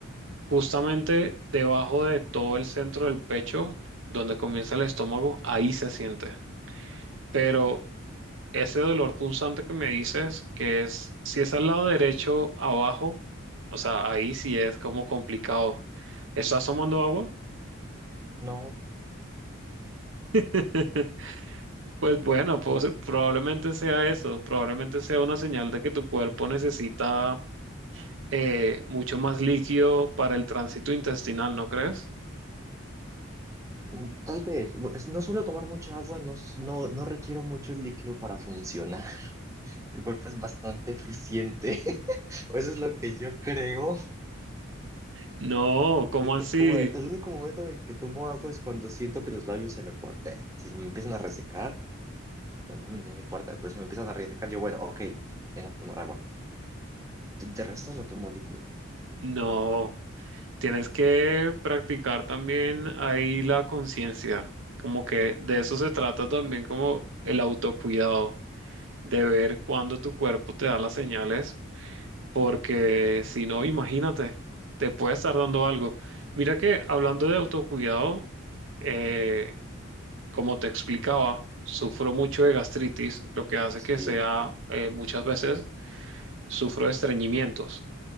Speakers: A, on the right; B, on the right.
A: justamente debajo de todo el centro del pecho, donde comienza el estómago, ahí se siente. Pero ese dolor punzante que me dices, que es, si es al lado derecho, abajo, o sea, ahí sí es como complicado. ¿Estás tomando agua?
B: No,
A: <laughs> Pues bueno, pues probablemente sea eso, probablemente sea una señal de que tu cuerpo necesita eh, mucho más líquido para el tránsito intestinal, ¿no crees?
B: mm, tal vez. Bu- es- No suelo tomar mucha agua, no, s- no, no requiero mucho líquido para funcionar. <laughs> Mi cuerpo es bastante eficiente. <laughs> O eso es lo que yo creo.
A: No, ¿cómo
B: Porque
A: así?
B: es como de- el único momento en el que tomo agua es cuando siento que los labios se me cuartean. Si se me empiezan a resecar, no, no me tienen que cuartear, pero si me empiezan a resecar, yo, bueno, ok, tengo que tomar agua. De resto no tomo líquido.
A: No, tienes que practicar también ahí la conciencia, como que de eso se trata también como el autocuidado, de ver cuándo tu cuerpo te da las señales porque si no, imagínate, te puede estar dando algo. Mira que hablando de autocuidado, eh, como te explicaba, sufro mucho de gastritis, lo que hace
B: Sí,
A: que sea, eh, muchas veces, sufro de estreñimientos.